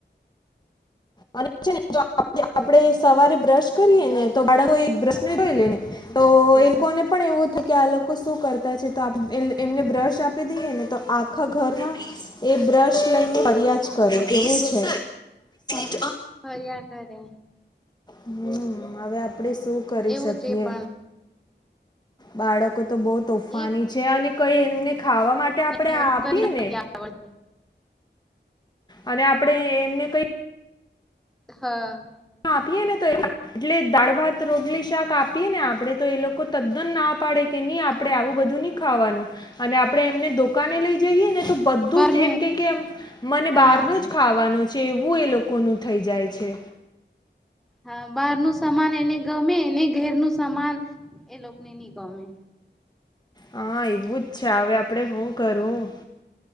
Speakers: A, on the left; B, in the centre.
A: મનષ્યને જ <inaudible> આપડ સવારે બ્રશ કરીએ ને તો બાળકો બ્રશને જોઈ લેને તો એ લોકોને પણ એ <unintelligible> થ કે આ લોકો શું કરતા છે તો એમને બ્રશ આપી દઈએ ને તો આખા ઘરમાં <unintelligible> એ બ્રશ લઈને ફરિયાજ કરો એવું છે <inaudible>
B: થયા‌ કરે.
A: હમ હવે આપણે શું કરી
B: એવું
A: શકીએ.
B: જે પણ
A: બાળકો તો બહ તોફાની
B: એક
A: છે અને કઈ એમને ખાવા માટે આપણેે
B: ઊંઘ
A: આપીએ
B: જ નથી
A: ને
B: આવડતી
A: અને આપડે એમને કઈ
B: હા.
A: આપીએને તો એટલે દાળ, ભાત, રોટલી, શાક આપીએ ને આપડે તો એ લોકો તદ્દન ના પાડે કે ની આપડે આવું બધું ની ખાવાનું અને આપડે એમને દોકાને લઈ જએ ને તો બધું
B: બારનું
A: જ એમ કેય કે મને
B: હા
A: બહારનું જ ખાવાનું ચેવું એ લોકોનું થઈ જાય છે.
B: હા, બાર નું સામાન એને ગમે ને ઘેરનું સામાન એ લોકોને નહી ગમે
A: હા, એવું જ છે અવે આપડે હું કરું.